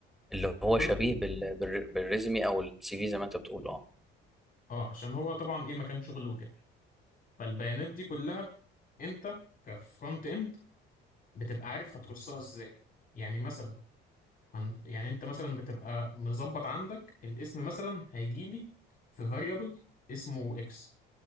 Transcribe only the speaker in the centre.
اللي
هو شبيه بال... بال... بالريزمي او السي في زي ما انت بتقول اه